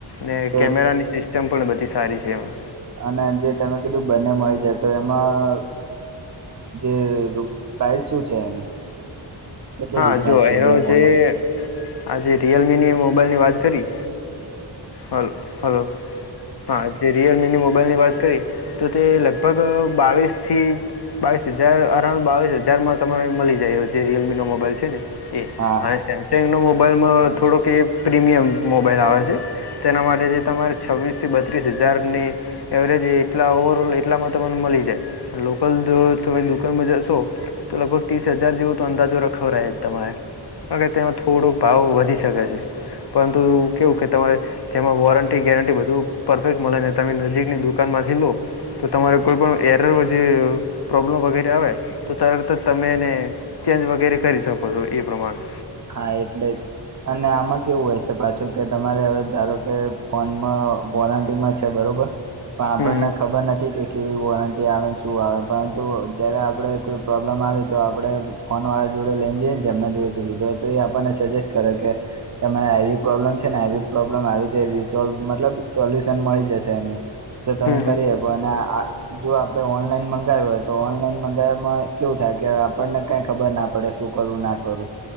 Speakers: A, on the left (about 55°); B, on the right (about 40°).
A: ને
B: તો
A: કેમેરાની સિસ્ટમ પણ બધી સારી છે એમાં
B: અને જે તમે કીધું બંને મળી જાય તો એમાં જે પ્રાઇસ શું છે એની કેટલો
A: હા
B: ડિફરન્સ
A: જો <unintelligible> આજે
B: છે બે ફોન વચ્ચે
A: રિયલમીની મોબાઈલ ની વાત કરી હલ હલો હા જે રિયલ મીની મોબાઈલની વાત કરીએ તો તે લગભગ બાવીસથી બાવીસ હજાર અરાઉન્ડ બાવીસ હજારમાં તમારે મળી જાય એ જે રિયલમીનો મો મોબાઈલ છે એ
B: હા
A: અને સેમ સેંગનો મોબાઈલમાં થોડોક એ પ્રીમિયમ મોબાઈલ આવે છે તેના માટેથી તમારે છવ્વીસ થી બત્રીસ હજારની એવરેજ એટલા ઓવર ઓલ એટલામાં તમને મળી જાય લોકલ તમે દુકાનમાં જશો તો લગભગ ત્રીસ હજાર જેવો તો અંદાજો રખવ રહે જ તમારે અને તેમાં થોડો ભાવ વધી શકે છે પરંતુ કેવું કે તમારે તેમાં વોરંટી ગેરંટી બધું પરફેક્ટ મળે ને તમે નજીકની દુકાન માંથી લો તો તમારે કોઈ પણ એરર જે પ્રોબ્લમ વગેરે આવે તો તરત જ તમે એને ચેન્જ વગેરે કરી શકો છો એ પ્રમાણે
B: હા એટલે જ અને આમાં કેવું હોય છે પાછું કે તમારે હવે ધારો કે ફોનમાં વોરંટી માં છે બરોબર પણ આપણને
A: હમ
B: ખબર નથી કે કેવી વોરંટી આવે ને શું આવે પરંતુ જયારે આપડે કોઈ પ્રોબ્લેમ આવી તો આપડે ફોન વાળા જોડે લઈને જઈએ ને જે એમના જોડે સી લીધો તો એ આપણને સજેસ્ટ કરે કે તમારે આઈ પ્રોબ્લેમ છે ને આ પ્રોબ્લેમ આવી રીતે રસોલ્વ મતલબ સોલ્યુશન મળી જશે એનું તો તમે
A: હમ
B: કરી
A: હમ
B: હકો અને આ જો આપડે ઓનલાઈન મંગાવ્યું હોય તો ઓનલાઈન મંગાવવામાં કેવું થાય કે આપણને કઈ ખબર ના પડે શું કરું ના કરું